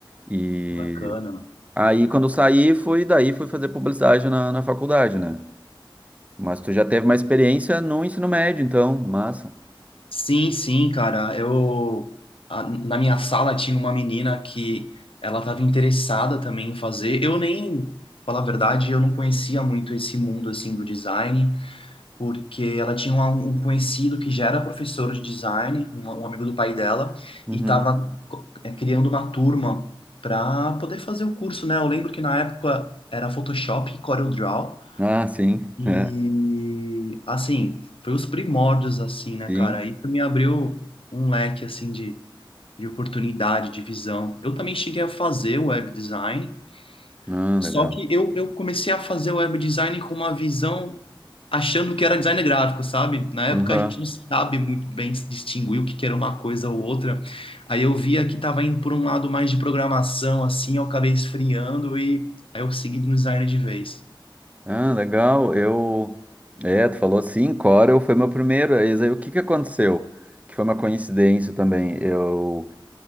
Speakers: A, on the right (about 15°); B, on the left (about 80°).
A: E
B: bacana.
A: aí quando eu saí, fui, daí fui fazer publicidade na, na faculdade, né? Mas tu já teve uma experiência no ensino médio, então, massa.
B: Sim, sim, cara. Eu a- na minha sala tinha uma menina que ela estava interessada também em fazer. Eu nem, falar a verdade, eu não conhecia muito esse mundo assim do design. porque ela tinha um, um conhecido que já era professor de design, um, um amigo do pai dela,
A: Uhum.
B: e estava criando uma turma para poder fazer o curso, né? Eu lembro que na época era Photoshop e CorelDRAW,
A: Ah, sim. <laughs>
B: e
A: É,
B: assim, foi os primórdios, assim, né,
A: sim.
B: cara? Isso me abriu um leque, assim, de, de oportunidade, de visão. Eu também cheguei a fazer web design,
A: Ah,
B: só
A: legal.
B: que eu, eu comecei a fazer web design com uma visão achando que era design gráfico, sabe? Na
A: Uhum.
B: época a gente não sabe muito bem se distinguir o que que era uma coisa ou outra. Aí eu via que estava indo por um lado mais de programação, assim, eu acabei esfriando e aí eu segui no design de vez.
A: Ah, legal. Eu. É, tu falou sim, Corel foi meu primeiro. Eis aí, o que que aconteceu? Que foi uma coincidência também. Eu,